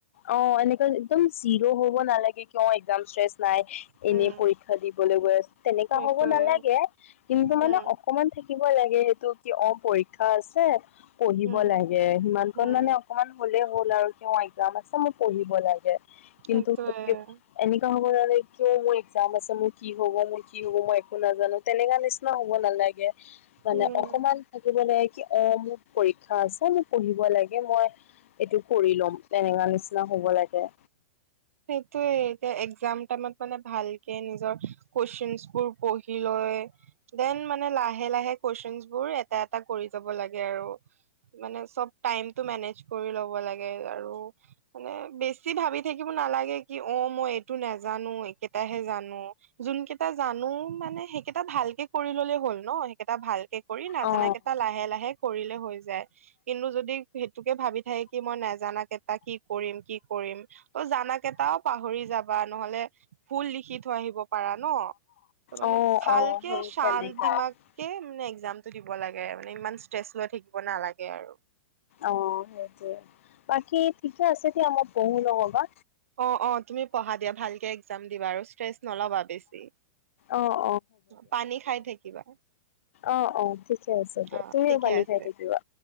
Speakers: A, on the left; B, on the right.
A: অঁহ ', এনেকুৱা একদম জিৰো হ'ব নালাগে ন এক্সাম ষ্ট্ৰেচ নাই।
B: উম
A: এনেই পৰীক্ষা দিবলৈ গৈ আছোঁ তেনেকুৱা
B: সেইটোৱে
A: হ'ব নালাগে, কিন্তু মানে!
B: উম
A: অকণমান থাকিব লাগে সেইটো কি' অ পৰীক্ষা আছে। পঢ়িব
B: উম
A: লাগে, সিমান কণ
B: উম
A: মানে! অকণমান হ'লেই হ'ল আৰু কিয় এক্জাম আছে মোৰ মই পঢ়িব লাগে কিন্তু!
B: সেইটোৱে
A: এনেকুৱা হ'ব নালাগে, কিয় মোৰ এক্জাম আছে মোৰ কি হ'ব, মোৰ কি হ'ব, মই একো নাজানো তেনেকুৱা নিচিনা হ'ব! হব নালাগে মানে
B: উম,
A: অকণমান! থাকিব লাগে কি' অঁহ', মোৰ পৰীক্ষা আছে মোক পঢ়িব লাগে মই! এইটো কৰি ল'ম তেনেকুৱা নিচিনা হ'ব লাগে।
B: সেইটোয়েই এতিয়া এক্জাম টাইমত মানে ভালকে নিজৰ কুৱেশ্যন বোৰ পঢ়ি লৈ! দেন মানে লাহে-লাহে কুৱেশ্যন বোৰ এটা-এটা কৰি যাব লাগে আৰু! মানে চ'ব টাইমটো মেনেজ কৰি ল'ব লাগে আৰু মানে বেছি! বেছি ভাবি থাকিব নালাগে কি' অঁ', মই এইটো নাজানো, এইেকেটাহে জানো। যোনকেইটা জানো মানে সেইকেইটা ভালকে কৰি ল'লে হ'ল ন' সেইকেইটা ভালকে! কৰি নাজানা
A: অ
B: কেইটা লাহে-লাহে! কৰিলেই হৈ যায় কিন্তু যদি সেইটোকে ভাবি থাকি কি' মই নাজানা কেইটাক! কি কৰিম, কি কৰিম। ত' জানা কেইটাও পাহৰি যাবা ন'হলে ভুল লিখি থৈ আহিব পাৰা ন। ত' মানে
A: অ
B: ভালকে
A: অ সেই
B: শান্ত
A: তেনেকুৱাই
B: দিমাগ সেই মানে এক্সামটো দিব লাগে মানে ইমান ষ্ট্ৰেচ লৈ থাকিব নালাগে আৰু।
A: অঁ, সেইটোৱে। বাকী ঠিকে আছে দিয়া, মই পঢ়ো ন'হবা।
B: অঁ অঁ তুমি পঢ়া দিয়া ভালকে এক্জাম দিবা আৰু ষ্ট্ৰেছ নল'বা বেছি।
A: অ',
B: পানী খাই থাকিবা।
A: অঁ অঁ ঠিকে আছে দিয়া।
B: অ
A: তুমিও
B: ঠিকে
A: পানী
B: আছে
A: খাই থাকিবা।